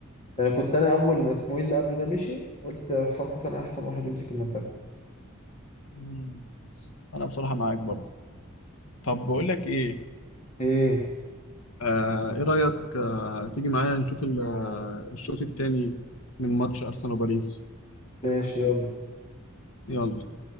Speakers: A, on the left; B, on the left.
A: يعني كنت أنا أول ما اسماعيل اللي قبله ده مشي قلت حسام حسن أحسن واحد يمسك المنتخب
B: مم. انا بصراحه معاك برضه طب بقول لك ايه
A: إيه
B: آه ايه رايك آه تيجي معايا نشوف ال- آه، الشوط الثاني من ماتش ارسنال وباريس
A: ماشي يلا
B: يلا